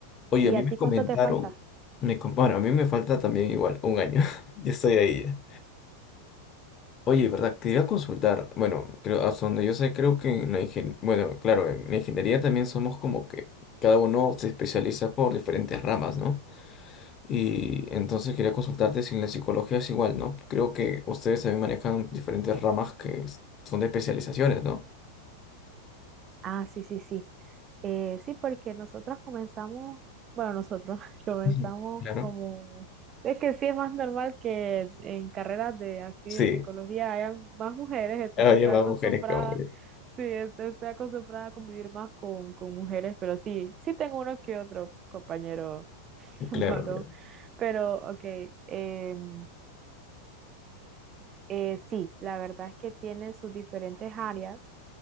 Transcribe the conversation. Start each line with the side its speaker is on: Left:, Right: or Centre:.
Left: Oye,
Right: ¿Y
Left: a mí
Right: a
Left: me
Right: ti
Left: comentaron,
Right: cuánto te falta?
Left: me, com- bueno, a mí me falta también igual un año, <laughs> ya estoy ahí ya. Oye, ¿verdad? Quería consultar, bueno, creo, hasta donde yo sé, creo que en la ingen- bueno, claro, en la ingeniería también somos como que cada uno se especializa por diferentes ramas, ¿no? Y entonces quería consultarte si en la psicología es igual, ¿no? Creo que ustedes también manejan diferentes ramas que es- son de especializaciones, ¿no?
Right: Ah, sí, sí, sí. Eh, sí, porque nosotros comenzamos, bueno, nosotros <laughs> comenzamos
Left: Ujú, Claro.
Right: como, es que sí es más normal que en carreras de así
Left: Sí,
Right: de psicología hayan más mujeres, entonces
Left: había
Right: estoy
Left: más
Right: acostumbrada,
Left: mujeres que hombres.
Right: sí, este, estoy acostumbrada a convivir más con, con mujeres, pero sí, sí tengo uno que otro compañero <laughs>
Left: Claro,
Right: varón,
Left: claro.
Right: pero ok, em, eh, sí, la verdad es que tiene sus diferentes áreas